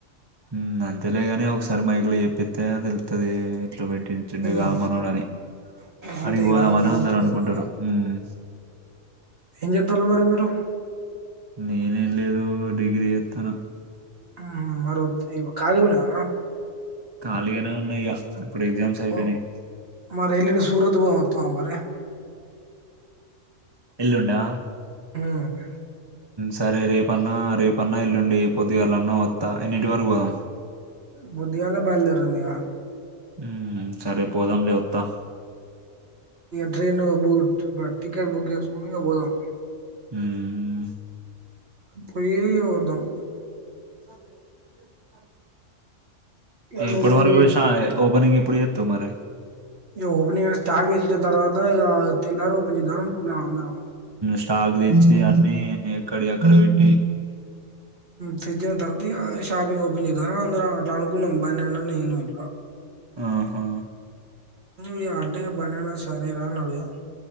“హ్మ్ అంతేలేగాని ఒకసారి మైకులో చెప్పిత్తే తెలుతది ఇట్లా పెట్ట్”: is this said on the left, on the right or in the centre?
Right